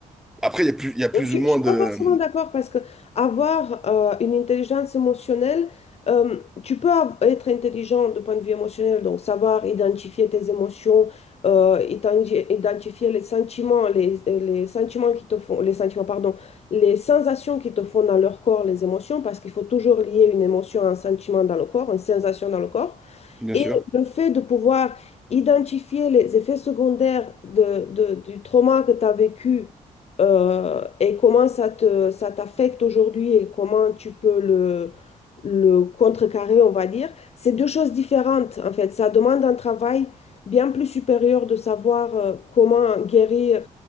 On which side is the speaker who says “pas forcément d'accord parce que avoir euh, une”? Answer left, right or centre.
Left